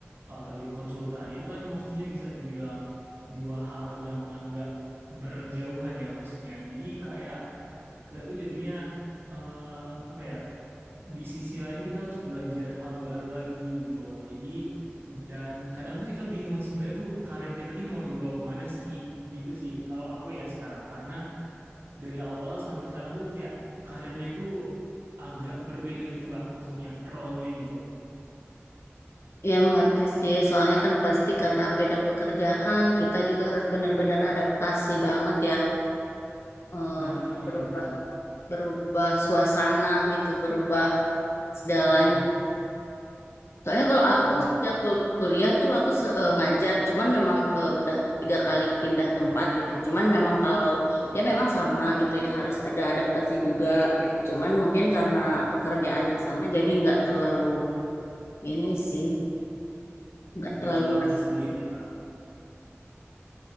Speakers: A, on the right; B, on the left.
A: eh, jadi konsultan. Itu kan maksudnya bisa dibilang dua hal yang agak berjauhan ya maksudnya. Jadi kayak kita tuh jatuhnya eh apa ya di sisi lain kita harus belajar hal baru lagi gitu loh. Jadi dan kadang tuh kita bingung sebenarnya tuh karir kita nih mau dibawa kemana sih gitu sih kalau aku ya sekarang karena dari awal sampai sekarang tuh kayak karirnya tuh agak berbeda gitu Kak maksudnya role-nya gitu.
B: Ya mengerti sih, soalnya kan pasti karena beda pekerjaan, kita juga harus benar-benar adaptasi banget ya, eh,
A: Nah, iya
B: berubah
A: benar.
B: berubah suasana gitu, berubah segalanya.
A: Nah,
B: Soalnya kalau aku
A: iya,
B: sejak lulus kuliah tuh aku se- eh, ngajar, cuman memang eh, udah tiga kali pindah tempat gitu. Cuman memang kalau
A: heeh.
B: ya memang sama gitu ya harus ada adaptasi juga
A: Hmm,
B: gitu. Cuman mungkin karena pekerjaannya
A: iya.
B: sama jadi nggak terlalu ini sih, nggak
A: Nggak
B: terlalu
A: terlalu
B: ngeras-
A: sulit ya Kak.